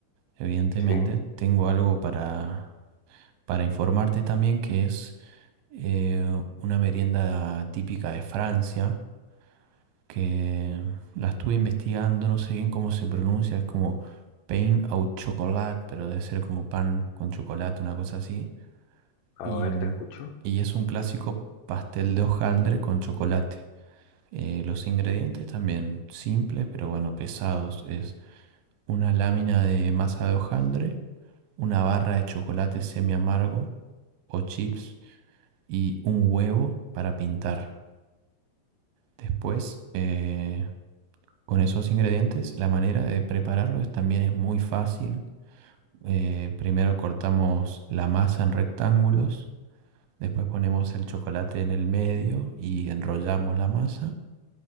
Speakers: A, on the right; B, on the left.
A: Evidentemente,
B: Sí,
A: tengo algo para, para informarte también que es eh, una merienda típica de Francia, que la estuve investigando, no sé bien cómo se pronuncia, es como pain au chocolat, pero debe ser como pan con chocolate, una cosa así.
B: a
A: Y,
B: ver, te escucho.
A: y es un clásico pastel de hojaldre con chocolate. Eh, los ingredientes también simples, pero bueno, pesados. Es una lámina de masa de hojaldre, una barra de chocolate semi amargo o chips y un huevo para pintar. Después, eh, con esos ingredientes, la manera de prepararlos también es muy fácil. Eh, primero cortamos la masa en rectángulos, después ponemos el chocolate en el medio y enrollamos la masa.